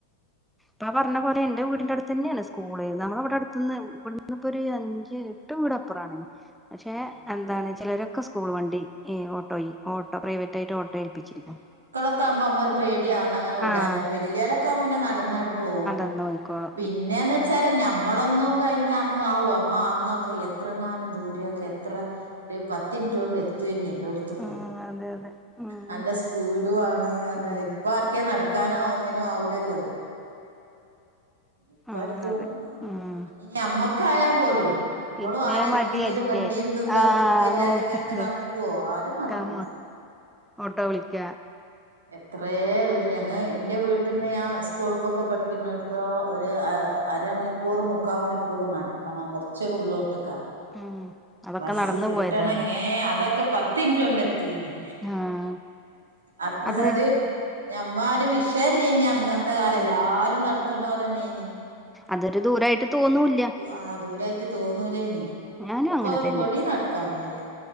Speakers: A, in the centre; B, on the right.
A: പ്പാ പർഞ്ഞ പോലെ എന്റെ വീട്ൻ്റെ അട്ത്തന്നേണ് സ്കൂള്. ന്നാമ്മളെ വ്‌ടെ അട്ത്ത്ന്ന് വട്ന്ന്പ്പൊര് അഞ്ച് ട്ട് വീടപ്പറാണ്. പക്ഷെ
B: ഉം
A: എന്താണ് ചെലരൊക്കെ സ്കൂൾ വണ്ടി. ഈ ഓട്ടോയി ഓട്ടോ പ്രൈവറ്റായിട്ട് ഓട്ടോ ഏൽപ്പിച്ചിരിക്ക്ണ്
B: ക്ക ആക്മ്പോ അമ്മൊര് പേടിയാണങ്ങനെ വ്ടാന്.
A: ആഹ്
B: പിന്നെ വെല്യോലൊക്കാകുമ്പം പിന്നെ നട്ന്നാണ്ട് പോവും.
A: ന്ന് പോയ്ക്കോളും.
B: പിന്നേന്ന് വെച്ചാല് ഞമ്മളൊന്നും കഴിഞ്ഞ അന്ന് ആഹു അമ്മ അന്നൊക്കെ എത്രങ്ങാനും ദൂരൊക്കെ എത്ര ര് പത്തിൻറ്റോണ്ട് എത്തോനി എല്ലോട്ത്ത്ക്കും.
A: ഉം അതെ അതെ ഉം
B: നല്ല സ്പീഡും ആണ് അല്ല
A: ഉം
B: ഇപ്പ ആർക്കെ നടക്കാനോ ഒന്നിനും ആവൂല്ലല്ലോ. ഇപ്പർക്കും
A: ഉം അതെ ഉം
B: ഇഞ് ഞമ്മക്ക് ആയ പോലും നമ്മളും
A: പിന്നെ
B: ആരെങ്കിലും
A: മടിയല്ലേ
B: വണ്ടിയുംതും കാത്തിക്ക
A: ആഹ്
B: അല്ലാതി
A: നോക്കത്
B: ഇങ്ങണ്ട് നടക്കുവോ ആരും
A: നടക്കാൻ
B: നടക്കൂല
A: ഓട്ടോ
B: ഉം
A: വിളിക്ക
B: എത്രേ ദൂരം ഞങ്ങ എന്റെ വീട്ടിൽന്ന് ആ സ്കൂൾക്കൊക്കെ പഠിക്കുന്നടുത്തോള ഒരു അരമണിക്കൂർ മുക്കാൽ മണിക്കൂർ നടക്കണം കുറച്ചരു ഉള്ളോട്ട്ക്കാ
A: ഉം അതൊക്കെ
B: ബസ്സ്
A: നടന്നു
B: കിട്ടണ
A: പോയതാല്ലേ
B: ഏ അതൊക്കെ പത്തിൻറ്റ കൊണ്ട് എത്തുഎനി
A: ആഹ്
B: അത്ര
A: അത്
B: ഒരു നഞമ്മ ഒരു വിഷല്ലേ ഇനി അന്ന് ഇന്നത്തെ കാലം അല്ല
A: ഉം
B: എല്ലാരും നടക്കുന്ന ഓലെന്നെനി
A: അതൊരു ദൂരമായിട്ട് തോന്നൂില്ല
B: ആഹ് ദൂരായിട്ട് തോന്നൂലേനി
A: ഞാനും
B: ഇപ്പൊ
A: അങ്ങനെ
B: ഒരു
A: തന്നെ
B: പൊടി നടക്കാൻയ്യ